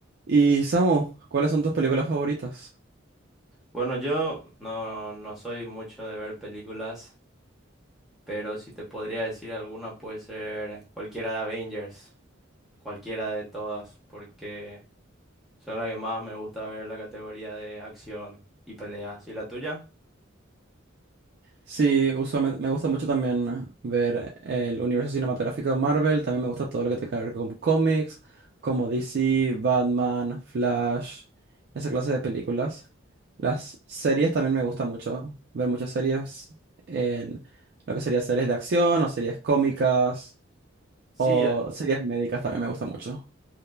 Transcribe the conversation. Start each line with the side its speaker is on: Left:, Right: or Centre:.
Right: Y Samu, ¿cuáles son tus películas favoritas?
Centre: Bueno, yo no, no soy mucho de ver películas, pero si te podría decir alguna puede ser cualquiera de Avengers, cualquiera de todas, porque son las que más me gusta ver la categoría de acción y peleas. ¿Y la tuya?
Right: Sí, usualmente me gusta mucho también ver el universo cinematográfico de Marvel, también me gusta todo lo que tenga que ver con cómics, como DC, Batman, Flash, esa clase de películas. Las series también me gusta mucho, ver muchas series en lo que sería series de acción o series cómicas
Centre: Sí,
Right: o
Centre: eh,
Right: series médicas también me gusta mucho.